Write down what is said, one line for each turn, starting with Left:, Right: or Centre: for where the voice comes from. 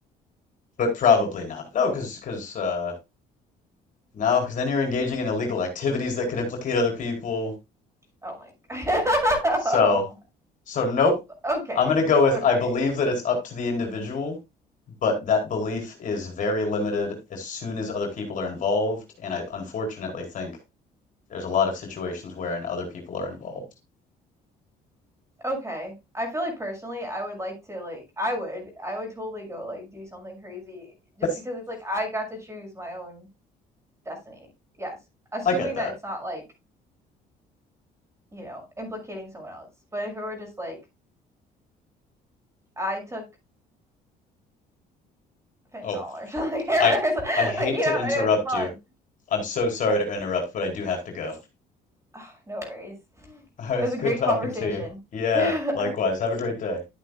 Left: but probably not. No, because because uh no, because then you're engaging in illegal activities that could implicate other people.
Right: Oh my god. <laughs>
Left: So
Right: Oh my-
Left: So nope.
Right: Okay.
Left: I'm going to go with
Right: Okay.
Left: I believe that it's up to the individual, but that belief is very limited as soon as other people are involved. And I unfortunately think there's a lot of situations wherein other people are involved.
Right: Okay. I feel like personally I would like to like I would I would totally go like do something crazy just
Left: <laughs>
Right: because it's like I got to choose my own destiny. Yes. Assuming
Left: I get that.
Right: that it's not like, you know, implicating someone else. But if it were just like I took fentanyl
Left: Oh,
Right: or something <laughs> or
Left: I
Right: something,
Left: I hate
Right: like you
Left: to
Right: know,
Left: interrupt
Right: and it was fun.
Left: you. I'm so sorry
Right: Yes.
Left: to
Right: <sighs>
Left: interrupt, but I do have to go.
Right: Ah, no worries.
Left: <laughs> it's
Right: It was a
Left: good
Right: great
Left: talking
Right: conversation.
Left: to you. Yeah, likewise.
Right: <laughs>
Left: Have a great day.